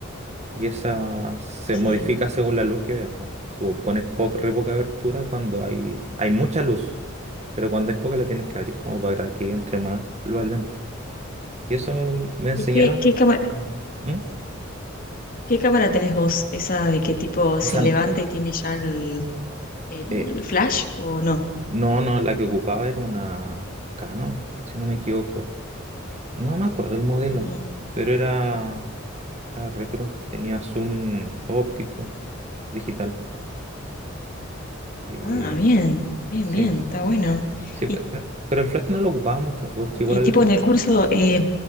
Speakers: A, on the right (about 35°); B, on the left (about 45°).
A: y esa se
B: Sí.
A: modifica según la luz que veas, po. Tú pones poca, re poca abertura cuando hay, hay mucha luz, pero cuando hay poca la tienes que abrir como para que entre más luz al lente. Y eso me enseñaron.
B: ¿Y qué, qué cámara,
A: ¿Mm? ¿Mm?
B: qué cámara tenés vos? ¿Esa de que tipo
A: Esa,
B: se levanta
A: n-
B: y tiene ya el, el
A: eh,
B: flash o no?
A: no, no, la que ocupaba era una Canon, si no me equivoco. No me acuerdo el modelo,
B: Mm.
A: pero era, era repro, tenía zoom óptico, digital. Eh,
B: Ah, bien, bien,
A: Sí,
B: bien, está bueno.
A: sí, pe-
B: ¿Y,
A: pe- pero el Flash no lo ocupaba mucho, porque igual
B: y tipo en el curso
A: así,
B: eh,